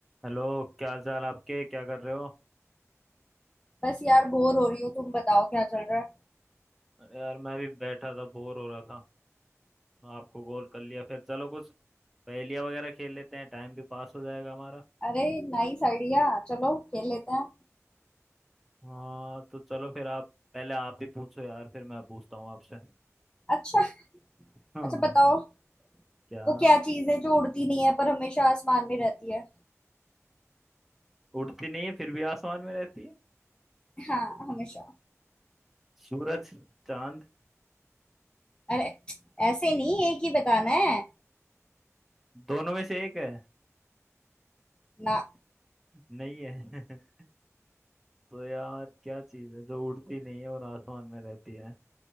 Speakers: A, in the centre; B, on the left.
A: हेलो क्या हाल चाल आपके क्या कर रहे हो
B: बस यार बोर हो रही हूँ तुम बताओ क्या चल रहा है
A: अरे यार मैं भी बैठा था बोर हो रहा था आपको कॉल कर लिया फिर चलो कुछ पहेलियाँ वगैरह खेल लेते हैं टाइम भी पास हो जाएगा हमारा
B: अरे नाइस आइडिया चलो खेल लेते हैं
A: हाँ तो चलो फिर आप पहले आप ही पूछो यार फिर मैं पूछता हूँ आपसे
B: अच्छा
A: हाँ
B: अच्छा बताओ
A: क्या
B: वो क्या चीज है जो उड़ती नहीं है पर हमेशा आसमान में रहती है
A: उड़ती नहीं है फिर भी आसमान में रहती है
B: हाँ हमेशा
A: सूरज चांद
B: अरे ऐसे नहीं एक ही बताना है
A: दोनों में से एक है
B: ना
A: नहीं है <laughs> तो यार क्या चीज है जो उड़ती नहीं है और आसमान में रहती है